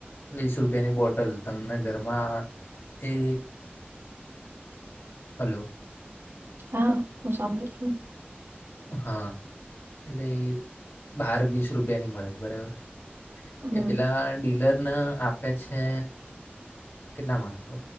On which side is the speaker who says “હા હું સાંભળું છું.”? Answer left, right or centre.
Right